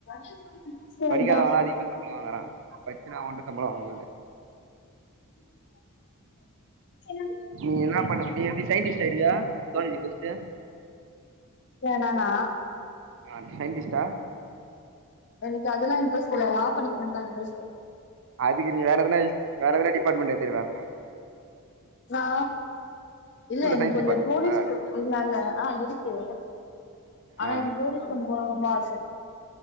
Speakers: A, on the left; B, on the right.
A: <unintelligible> சரிதா
B: படிக்காதவன்லா அதிகமா சம்பளோ வாங்குறா படிச்சுனா ஒன்னு சம்பளோ வாங்க முடில
A: என்ன
B: நீ என்ன பண்ண நீ எப்டி சயின்டிஸ்ட் ஆயிடுவியா காலேஜ் படிச்சுட்டு
A: யார் நானா
B: ஆ சயின்டிஸ்டா
A: எனக்கு அதுலா இன்ட்ரெஸ்ட் இல்ல லா படிக்கணுன்தா இன்ட்ரெஸ்ட்டு
B: அதுக்கு நீங்க வேற எதுனா வேற எதனா டிபாட்மெண்ட் எட்த்துக்குலாம
A: நா இல்ல
B: ஸ்கூல்ல
A: என்க்
B: சயின்ஸ்
A: கொஞ்சோ
B: டிபார்ட்மெண்ட்டா
A: டூரிஸ்ட்டு இல்லல்ல ஆ இருக்கு ஆனா
B: ஆ
A: என்க் டூரிஸ்ட்டம் போனுன்தா ஆச